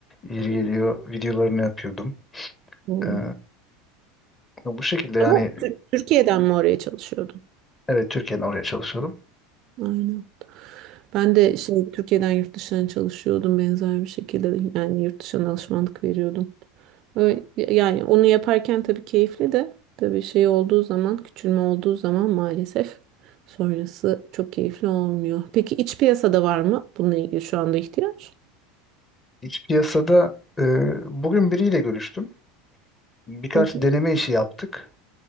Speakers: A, on the left; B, on the right.
A: Yeri geliyor videolarını yapıyordum.
B: Hmm.
A: Eee, bu şekilde yani
B: Ama Tür- Türkiye'den mi oraya çalışıyordun?
A: evet Türkiye'den oraya çalışıyordum.
B: Aynen. Ben de şey Türkiye'den yurt dışına çalışıyordum benzer bir şekilde. Yani yurt dışına alışmanlık veriyordum. Öyle- Yani onu yaparken tabii keyifli de tabii şey olduğu zaman küçülme olduğu zaman maalesef sonrası çok keyifli olmuyor. Peki iç piyasada var mı bununla ilgili şu anda ihtiyaç?
A: İç piyasada e, bugün biriyle görüştüm. Birkaç
B: Hı hı.
A: deneme işi yaptık.